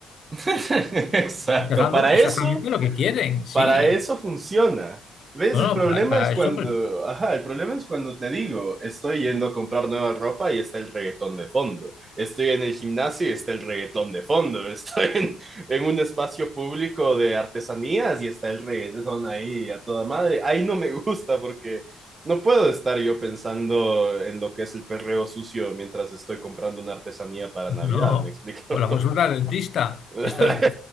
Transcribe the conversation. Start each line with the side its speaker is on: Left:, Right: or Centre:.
Right: <laughs> Exacto.
Left: Estás dando
Right: Para
Left: exactamente
Right: eso.
Left: lo que quieren, sí.
Right: Para eso funciona. ¿Ves?
Left: Bueno,
Right: El problema
Left: para, para
Right: es cuando,
Left: eso, pues,
Right: ajá, el problema es cuando te digo, estoy yendo a comprar nueva ropa y está el reggaetón de fondo. Estoy en el gimnasio y está el reggaetón de fondo. <laughs> Estoy en, en un espacio público de artesanías y está el reggaetón ahí a toda madre. Ahí no me <laughs> gusta porque no puedo estar yo pensando en lo que es el perreo sucio mientras estoy comprando una artesanía para
Left: no.
Right: Navidad, ¿me explico?
Left: O la consulta al dentista.
Right: <laughs>
Left: Está,